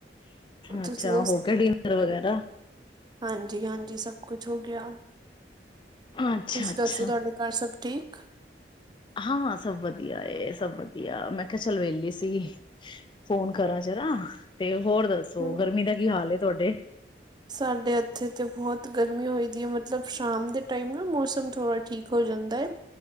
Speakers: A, on the left (about 25°); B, on the right (about 25°).
A: ਅੱਛਾ
B: ਤੁਸੀਂ
A: ਹੋ ਗਿਆ ਡਿਨਰ ਵਗੈਰਾ।
B: ਹਾਂਜੀ-ਹਾਂਜੀ ਸਭ ਕੁਛ ਹੋ ਗਿਆ।
A: ਅੱਛਾ
B: ਤੁਸੀਂ
A: ਅੱਛਾ
B: ਦੱਸੋ ਤੁਹਾਡੇ ਘਰ ਸਭ ਠੀਕ।
A: ਹਾਂ-ਹਾਂ ਸਭ ਵਧੀਆ ਏ, ਸਭ ਵਧੀਆ ਮੈਂ ਮੈ ਕਿਹਾ ਚਲ ਵੇਲੀ ਸੀ ਫੋਨ ਕਰਾ ਜਰਾ। ਤੇ ਹੋਰ ਦੱਸੋ
B: ਹਮ
A: ਗਰਮੀ ਦਾ ਕੀ ਹਾਲ ਹੈ ਤੁਹਾਡੇ?
B: ਸਾਡੇ ਇੱਥੇ ਤੇ ਬੋਹਤ ਗਰਮੀ ਹੋਈ ਦੀ ਹੈ ਮਤਲਬ ਸ਼ਾਮ ਦੇ ਟਾਈਮ ਨਾ ਮੌਸਮ ਥੋੜਾ ਠੀਕ ਹੋ ਜਾਂਦਾ ਹੈ